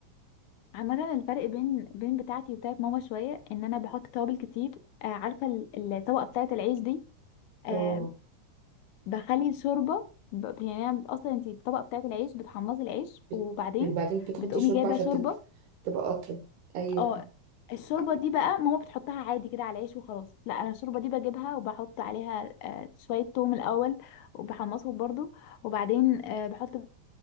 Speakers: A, on the left; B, on the right.
A: عامة الفرق بين بين بتاعتي وبتاعت ماما شوية ان انا بحط توابل كتير آه عارفة ال- الطبقة بتاعت العيش دي آه،
B: اه
A: بخلي الشوربه ب- يعني انا اصلا انت الطبقه بتاعت العيش بتحمصي العيش
B: بت-
A: وبعدين
B: وبعدين بتحطي
A: بتقومي
B: شوربة
A: جايبه
B: عشان
A: شوربه
B: تت... تبقى أطرى أيوه
A: اه الشوربه دي بقى ماما بتحطها عادي كده على العيش وخلاص لا انا الشوربه دي بجيبها وبحط عليها آه، شويه توم الاول وبحمصهم برضو وبعدين آه، بحط